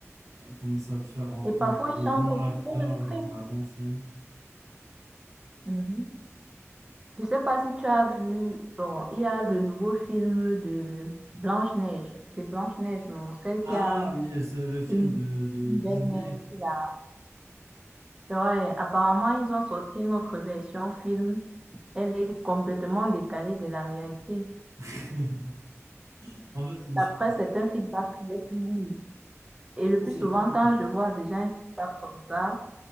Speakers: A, on the right; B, on the right.
A: euh, comment ils savent faire rentrer
B: Et parfois,
A: le
B: ils
A: le
B: changent
A: bon
B: aussi
A: acteur
B: pour le script.
A: dans la bonne scène.
B: Mhm. Je sais pas si tu as vu, bon, il y a le nouveau film de Blanche-Neige. C'est Blanche-Neige, non? Celle
A: Ah
B: qui a
A: oui, c'est le film
B: une,
A: de, de
B: une
A: Disney.
B: belle-mère qui l'a. Ouais, apparemment, ils ont sorti une autre version film. Elle est complètement décalée de la réalité.
A: <laughs> En fait,
B: d'après
A: je
B: certains feedbacks feedback que j'ai pu lire. Et le
A: pense
B: plus souvent,
A: qu'ils font,
B: quand je vois déjà un feedback comme ça,